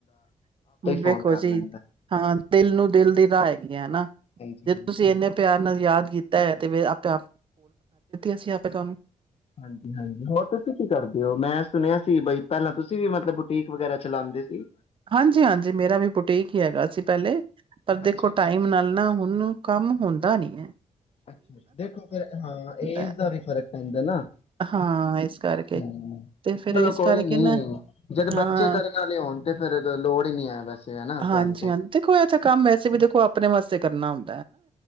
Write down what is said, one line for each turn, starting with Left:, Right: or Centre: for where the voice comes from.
Right: ਵੇਖੋ
Left: ਫੋਨ ਕਰ
Right: ਜੀ
Left: ਲੈਂਦਾ
Right: ਹਾਂ ਦਿਲ ਨੂੰ ਦਿਲ ਦੀ ਰਾਹ ਹੈਗੀ ਆ ਨਾ।
Left: ਹਾਂਜੀ-ਹਾਂਜੀ
Right: ਜੇ ਤੁਸੀਂ
Left: ਬਿਲਕੁਲ
Right: ਇੰਨੇ ਪਿਆਰ ਨਾਲ ਯਾਦ ਕੀਤਾ ਹੈ, ਤੇ ਆਪੇ ਆਪ ਅਸੀਂ ਆਪੇ ਤੁਹਾਨੂੰ ਕਾਲ ਕਰ ਦਿੱਤੀ
Left: ਹਾਂਜੀ ਹਾਂਜੀ ਹੋਰ ਤੁਸੀਂ ਕੀ ਕਰਦੇ ਹੋ, ਮੈਂ ਸੁਣਿਆ ਸੀ ਬਈ ਪਹਿਲਾਂ ਤੁਸੀਂ ਵੀ ਮਤਲਬ ਬੁਟੀਕ ਵਗੈਰਾ ਚਲਾਉਂਦੇ ਸੀ।
Right: ਹਾਂਜੀ ਹਾਂਜੀ, ਮੇਰਾ ਵੀ ਬੁਟੀਕ ਹੀ ਹੈਗਾ ਸੀ, ਪਹਿਲੇ ਪਰ
Left: ਅੱਛਾ-ਅੱਛਾ,
Right: ਦੇਖੋ ਟਾਈਮ ਨਾਲ ਨਾ ਹੁਣ ਕੰਮ ਹੁੰਦਾ ਨੀ ਐ।
Left: ਅੱਛਾ ਦੇਖੋ, ਫਿਰ ਹਾਂ ਏਜ
Right: ਹੈ।
Left: ਦਾ ਵੀ ਫ਼ਰਕ ਪੈਂਦਾ ਨਾ,
Right: ਹਾਂ ਇਸ ਕਰਕੇ
Left: ਹੂ
Right: ਤੇ ਫੇਰ
Left: ਚਲੋ
Right: ਇਸ
Left: ਕੋਈ
Right: ਕਰਕੇ
Left: ਨੀ
Right: ਨਾ
Left: ਜਦ
Right: ਹਾਂ
Left: ਬੱਚੇ ਕਰਨ ਵਾਲੇ ਹੋਣ ਤੇ ਫੇਰ ਲੋੜ ਹੀ ਨੀ ਹੈ ਵੈਸੇ ਹਨਾ
Right: ਹਾਂਜੀ
Left: ਤੁਹਾਨੂੰ ਤੇ
Right: ਦੇਖੋ ਇਥੇ ਕੰਮ ਵੈਸੇ ਵੀ ਦੇਖੋ ਆਪਣੇ ਨਮਸਤੇ ਕਰਨਾ ਹੁਨ